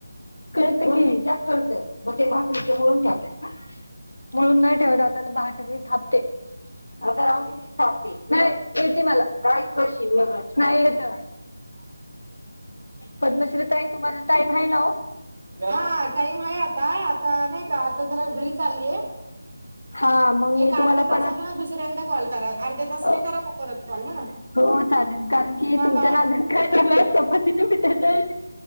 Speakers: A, on the left; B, on the right.
A: कळत कि कोन विचार करतय मग ते भाकरी चमळन जाते का. मळुन नाही टेवत मि भाकर मी थापते आता राहुदे. नाही येते मला का क नाही येत. पद्मश्रीताई तुम्हाला टाइम आहे नावो
B: हा टाइम आहे आता आता नाही का आता जरा घरी चाललीय
A: हा मग
B: एक
A: मी
B: अर्ध्या
A: तुम्हाला
B: तासान
A: परत
B: दुसऱ्यांदा कॉल करा अर्ध्या तासाने
A: अ,
B: करा मग परत कॉल ह ना
A: हो चालेल कारण की
B: थांबा
A: तुमच्या नादत काय झालं चपाती पिटायचं